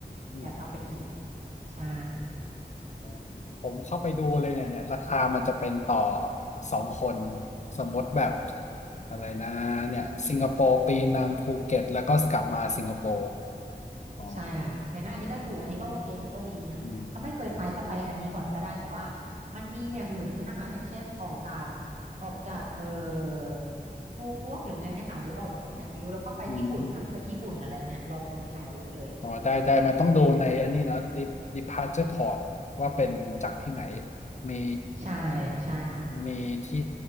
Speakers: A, on the left (about 45°); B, on the right (about 45°).
A: อืมอืม
B: อยากกลับไปอีกใช่
A: อ๋อผมเข้าไปดูเลยเนี่ยเนี่ยราคามันจะเป็นต่อสองคนสมมติแบบอะไรนะเนี่ยสิงคโปร์ปีนังภูเก็ตแล้วก็กลับมาสิงคโปร์อ๋อ
B: ใช่ค่ะเห็นไหมอันนี้ก็ถูกอันนี้ก็โอเคอันนี้ก็ดีค่ะถ้าไม่เคยไปก็ไปอันนี้ก่อนก็ได้แต่ว่า
A: อืม
B: มันมีอย่างอื่นด้วยนะคะอย่างเช่นออกจากออกจากเอ่อฟูกวกหรือไงเนะคะหรือออกจากที่ไหนไม่รู้แล้วก็ไปญี่ปุ่นขึ้นไปญี่ปุ่นอะไรเงี้ยลองดูมีหลายรูทเลย
A: อืม อ๋อได้ได้มันต้องดูในอันนี้นะ dep- departure port ว่าเป็นจากที่ไหนมี
B: ใช่ใช่ค่ะ
A: มีที่